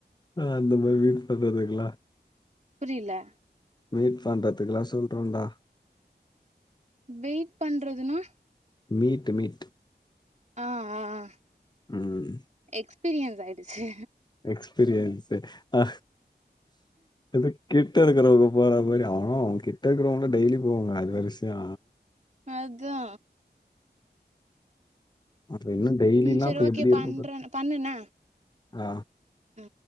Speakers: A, on the left (about 25°); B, on the right (about 40°).
A: ஆ அந்த மாரி வீக்னஸ் இருக்குல்ல
B: புரில
A: மீட் பண்ணுறதுக்குல்லா சொல்றேன்டா
B: வெயிட் பண்றதுன்னா
A: மீட்டு மீட்டு
B: அ ஆ ஆ
A: ம்
B: எக்ஸ்பீரியன்ஸ் ஆயிடுச்சு
A: எக்ஸ்பீரியன்ஸு ஆ எதோ கிட்ட இருக்கறவங்க போற மாரி ஆ கிட்ட இருக்கறவங்க டெய்லி போவாங்க அது விஷியோ
B: அதா
A: அப்ப இன்னு டெய்லில்லா
B: ம் சரி
A: அப்ப
B: ஓகே
A: எப்டி
B: பண்றே
A: இருக்கு பாத்
B: பண்ணு என்ன
A: ஆ
B: ம்